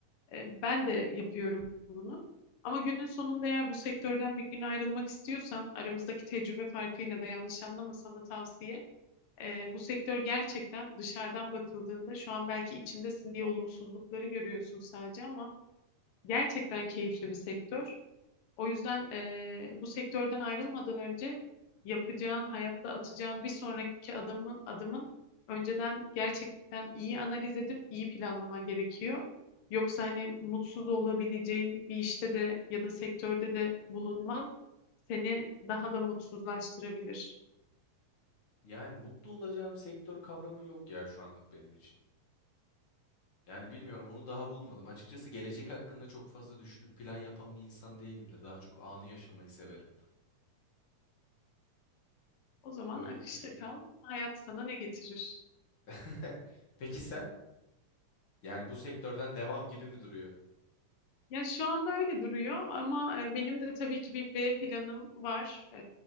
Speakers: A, on the left; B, on the left.
A: e, ben de yapıyorum bunu. Ama günün sonunda eğer bu sektörden bir gün ayrılmak istiyorsan aramızdaki tecrübe farkıyla da yanlış anlama sana tavsiye. e, bu sektör gerçekten dışarıdan bakıldığında şu an belki içindesin diye olumsuzlukları görüyorsun sadece ama gerçekten keyifli bir sektör. O yüzden eee, bu sektörden ayrılmadan önce yapacağın, hayatta atacağın bir sonraki adımı, adımın önceden gerçekten iyi analiz edip iyi planlaman gerekiyor. Yoksa hani mutsuz olabileceğin bir işte de ya da sektörde de bulunman seni daha da mutsuzlaştırabilir.
B: Yani mutlu olacağım sektör kavramı yok ya şu anlık benim için. Yani bilmiyorum onu daha bulmadım. Açıkçası gelecek hakkında çok fazla düşünüp plan yapan bir insan değilimdir. Daha çok anı yaşamayı severim.
A: O zaman
B: Böyle
A: akışta
B: düşünüyorum.
A: kal, hayat sana ne getirir?
B: <laughs> Peki sen? Yani bu sektörden devam gibi mi duruyor?
A: Ya şu anda öyle duruyor ama e, benim de tabii ki bir B planım var. E,